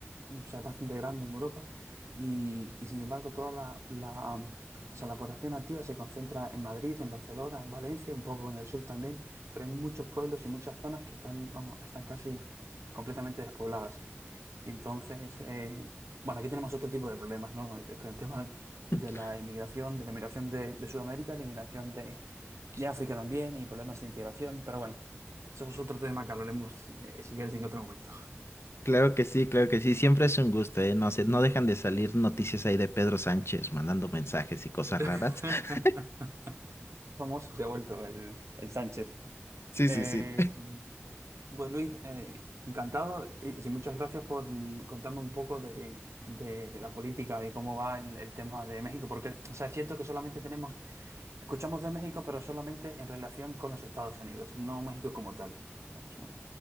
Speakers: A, on the right; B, on the left.
A: mm, o sea, es bastante grande en Europa y, y sin embargo toda la, la, mm, o sea, la población activa se concentra en Madrid, en Barcelona, en Valencia, un poco en el sur también, pero hay muchos pueblos y muchas zonas que están, vamos, están casi completamente despobladas. Y entonces, eh, bueno, aquí tenemos otro tipo de problemas, ¿no? Eh, Con el tema de
B: <laughs>
A: la inmigración, de la inmigración de, de Sudamérica, la inmigración de, de África también y problemas de integración, pero bueno. Eso es otro tema que hablaremos, eh, si quieres, en otro momento.
B: Claro que sí, claro que sí. Siempre es un gusto, ¿eh? No sé, no dejan de salir noticias ahí de Pedro Sánchez mandando mensajes y cosas raras.
A: <laughs>
B: <laughs>
A: Famoso se ha vuelto el, el Sánchez.
B: Sí,
A: Eh,
B: sí, sí.
A: pues Luis, eh, encantado y, sí, muchas gracias por mm, contarme un poco de, de la política, de cómo va el, el tema de México, porque, o sea, es cierto que solamente tenemos, escuchamos de México, pero solamente en relación con los Estados Unidos, no México como tal, digamos, ¿no?